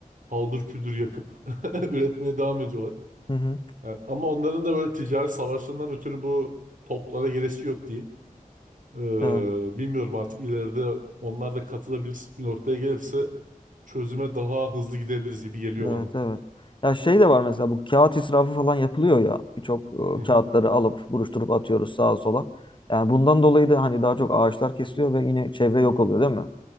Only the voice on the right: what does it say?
haldır küldür yakıp <laughs> üretmeye devam ediyorlar.
Yani ama onların da böyle ticaret savaşlarından ötürü bu toplara giresi yok diyeyim. Ee,
bilmiyorum artık ileride onlar da katılabilir bir noktaya gelirse çözüme daha hızlı gidebiliriz gibi geliyor
bana.
Hı hı.